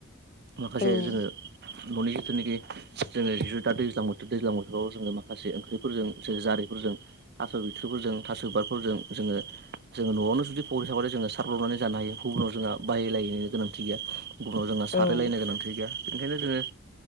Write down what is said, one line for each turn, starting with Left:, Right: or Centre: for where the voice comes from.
Right: माखासे
Left: ओं
Right: जोङो न'नि जिथुनाखि जोङो जिथु दा दैज्लां बोथोर दैज्लां बोथोराव जोङो माखासे ओंख्रिफोरजों जे जारिफोर थास' बिथोरफोरजों थास' बिबारफोरजों जोङो जोङो न'आवनो जुदि फर्रि थाबाथाय जोङो सारब्लबनानै जानो हायो गुबुनाव जोंहा बाहायलायनायनिनो गोनांथि गैया। गुबुनाव जोंहा सारायलायनो
Left: ओं औ ओं
Right: गोनांथि गैया बेखायनो जोङो